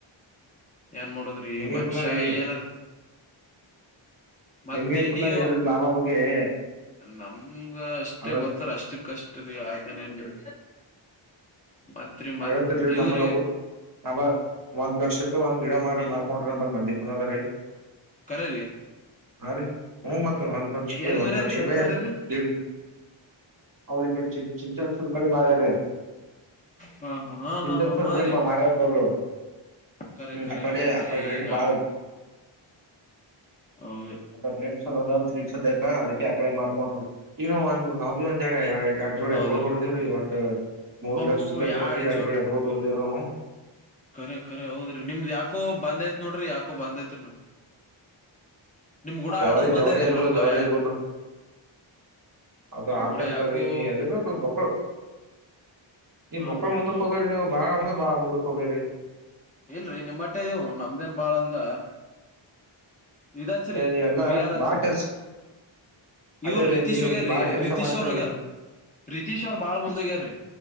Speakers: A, on the left (about 15°); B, on the right (about 40°).
A: ಏನ್ ಮಾಡುದ್ರಿ?
B: ನಿಮ್ಗೇನ್
A: ರಿ ಮನುಷಾ
B: ಕುಂದಾರಿ
A: ಏನ ಮತ್
B: ನಿಮ್ಗೇನ್
A: ನೀ
B: ಕುಂದಾರಿ
A: ನೀವು
B: ಅದ್ರ ಲಾಭ ಬಗ್ಗೆ
A: ನಮಗ <unintelligible> ಮಷ್ಟೆ
B: ಅದ
A: ಗೊತ್ತರ ಅಷ್ಟಕ್ ಕಷ್ಟ ರೀ ಆತನೇನ್ರಿ ಮತ್.
B: ಹಗೆತಿಲ್ರಿ
A: ಇವ್ರಿ
B: ನಮ್ಮದು ಒಂದು. ನ. <unintelligible> ಒಂದ್ ಲಕ್ಷ ರೂಪಾಯಿ ಒಂದ ಗಿಡ ಮರ ಮಾರ್ಕೊಂಡು. <unintelligible> ನ್ ಮಂದಿ ಪುನದ ರೀ
A: ಕರೆ ರ್ರೀ.
B: ಹಾ ರೀ ಹೂ ಮತ್ತೆ ಒಂದ್ ಲಕ್ಷ ರೂಪಾಯಿ
A: ಎಲ್
B: ಒಂದ್
A: ಮರ್ಯಾರಿ
B: ಲಕ್ಷ ರೂಪಾಯಿ.
A: ಎಲ್ ಮರ್ಯಾರಿ
B: <unintelligible> ದಡ್ ಲ. ಅವ್ರ ಈ ಕಡೆ ಚಿನ್ಚ ಸುರ್ <unintelligible> ಕಡೆ ಮಾರಾಯೇರೆ.
A: ಹಾ ಹಾ.
B: ಚತ
A: ಹಾ ಹಾ
B: ಚೋರ್
A: ಹಾ
B: ಪ್ರೇಮ
A: ರೀ
B: ಮಾರ ಅವರು
A: ಕರೆ
B: ಹ್ಮ. <unintelligible>
A: ಕರೆ
B: ಹಾಕಡೆ
A: ಹೌದ್ರಿ
B: ರೇಟ್
A: ಈಗ
B: ಬಾಳ.
A: ಹೌದ್ರಿ.
B: ಸ್ವಲ್ಪ ರೇಟ್ ಚೊಲೋ ಇದಾವ ಅಂತಾ ಈಗ್ ಸದ್ಯಕ, ಅದಕ್ಕೆ ಆಕಡೆ ಮಾಡ್ಕೊಂಡ್ರವಿ ಈಗ ಒಂದ್. <unintelligible> ನಾವಿ ಒಂದ್ ಎ ಜೋಡಿ
A: ಹೌದ್ರಿ
B: ಎತ್ತುಗಳು ತೊಗೊಂಡಿದ್ವಿ ರೀ ಒಟ್ ಮೂರ್
A: ಒಬ್ಬೊಬ್ಬ
B: ಲಕ್ಷ. <unintelligible> ಇರ್
A: ಎರಡ್
B: ಕೊಟ್ಟಿ ಎರಡು ಜೋಡ್ ಎತ್ತುಗಳು ತೊಗೊಂಡಿದ್ವಿ ನಾವು.
A: ಕರೆ ಕರೆ ಹೌದ್ರಿ ನಿಮ್ದ್ ಯಾಕೋ ಬಂದ ಐತಿ ನೋಡ್ರಿ ಯಾಕೋ ಬಂದ ಐತಿ ರೀ. <unintelligible> ನಿಮ್ ನಿಮ್ ಗೂಡ
B: ಜವಾರಿ
A: ಆಡದ್ ಬಂದೈತ್ರಿ
B: ಜವಾರಿ ಎತ್ತುಗಳು
A: ನಮ್ಗ
B: ಜವಾರಿ
A: ಯಾಕ
B: ಎತ್ತುಗುಳು. ಅದು
A: ನಿಮ್
B: ಹಚರ್ತ
A: ಗೂಡ ಯಾಕೋ
B: <unintelligible> ಏನು ಅದು. ಮಕ್ಳು ಮಕ್ಳು ಈ
A: ಹಾ
B: ಮಕ್ಕಳು
A: ಹಾ
B: ಮುಂದಕ್
A: ಹೌದ್ರಿ
B: ಹೋಗ್ಯಾರಿ ನೀವು ಬಾಳ ಮುಂದುಕು ಅಂದ್ರೆ ಬಾಳ ಮುಂದಕ್ ಹೋಗ್ಯಾರಿ.
A: ಇಲ್ರರಿ ನಿಮ್ಮಷ್ಟೇ ಇದಾವು ನಮ್ದೇನ್ ಬಾಳ ಅಲ್ಲಾ. ಇದು ಹಚ್ಚರಿ
B: ನೀವೆಲ್ಲಾ
A: ಬಿ ಆರ್ ಹೆಚ್.
B: ಬಾಳ ಕೆಲ್ಸ ಅದೇ
A: ಇವ್ರು ರಿತೀಶ್
B: ನೀವು
A: ಹೋಗ್ಯಾರ
B: ನೀವ್ ಬಾಳ ಕೆಲ್ಸ
A: ರಿತೀಶ್
B: ಮಾಡ್ತಿರ
A: ಅವರು ಹೋಗ್ಯಾರ. ರೀತಿಶ್ ಅವರು ಬಾಳ್ ಮುಂದ್ ಹೋಗ್ಯಾರಿ